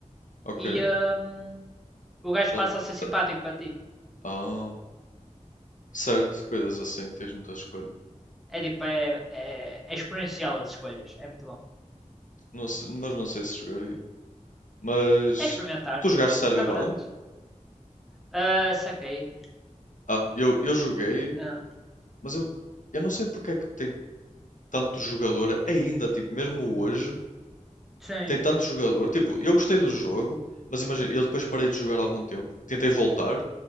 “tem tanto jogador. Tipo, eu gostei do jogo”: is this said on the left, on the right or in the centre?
Left